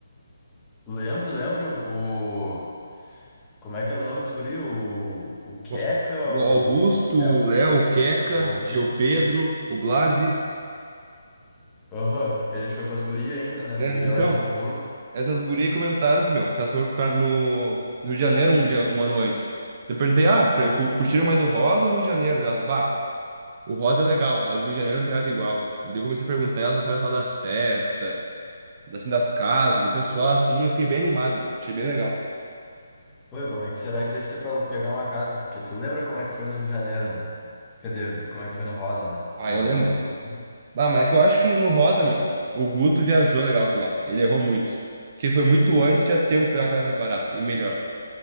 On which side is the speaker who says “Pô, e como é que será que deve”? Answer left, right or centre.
Left